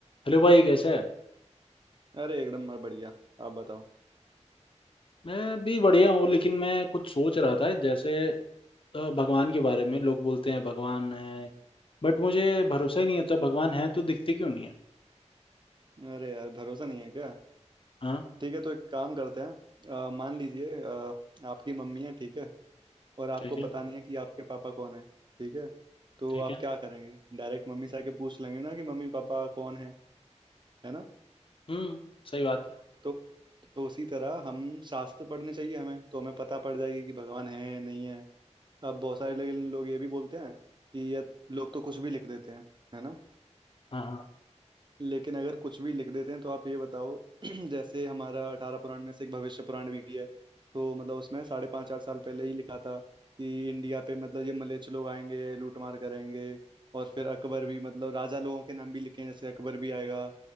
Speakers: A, on the left (about 45°); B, on the right (about 40°).
A: हेलो भाई कैसे है
B: अरे एकदम मैं बढ़िया आप बताओ
A: मैं भी बढ़िया हूँ लेकिन मैं कुछ सोच रहा था जैसे अ, भगवान के बारे में लोग बोलते हैं भगवान है बट मुझे भरोसा ही नहीं होता भगवान है तो दिखते क्यों नहीं है
B: अरे यार भरोसा नहीं है क्या
A: हाँ
B: ठीक है तो एक काम करते हैं अ, मान लीजिए अ, आपकी मम्मी है ठीक है और आपको
A: ठीक
B: पता
A: है
B: नहीं है कि आपके पापा कौन है ठीक है तो
A: ठीक
B: आप
A: है
B: क्या करेंगे डायरेक्ट मम्मी से आके पूछ लेंगे ना कि मम्मी पापा कौन है है ना
A: हम्म सही बात है
B: तो तो उसी तरह हम शास्त्र पढ़ने चाहिए हमें तो हमें पता पड़ जाएगी कि भगवान है नहीं है अब बहुत सारे लोग लोग ये भी बोलते हैं कि ये लोग तो कुछ भी लिख देते हैं है ना
A: हाँ हाँ
B: लेकिन अगर कुछ भी लिख देते हैं तो आप ये बताओ <clears throat> जैसे हमारा अठारह पुराण में से एक भविष्य पुराण भी है तो मतलब उसमें साढ़े पाँच आठ साल पहले ही लिखा था कि इंडिया पे मतलब ये मलेच्छ लोग आएंगे लूटमार करेंगे और फिर अकबर भी मतलब राजा लोगों के नाम भी लिखे हैं जैसे अकबर भी आएगा